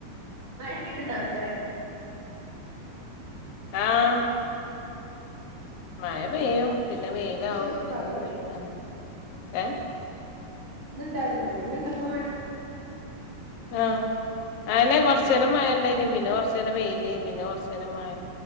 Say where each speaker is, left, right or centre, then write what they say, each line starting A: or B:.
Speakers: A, on the right; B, on the left.
A: മഴൊക്കെ ഉണ്ടൊ അവിടെ
B: ആഹ മഴ പെയ്യും പിന്നെ വെയിലാവും
A: വിശേഷം
B: പിന്നേം
A: പറയ്
B: പെയ്യും അങ്ങനെ ഏ
A: ഇന്നുണ്ടാരുന്നോ ഇന്നുണ്ടാരുന്നോ മഴ
B: ആഹ അനെ കൊറച്ച്നേരം
A: ഉം
B: മഴയുണ്ടായിനി പിന്നെ കൊറച്ച് നേരം വെയില് പിന്നെ കുറച്ചുനേരം മഴ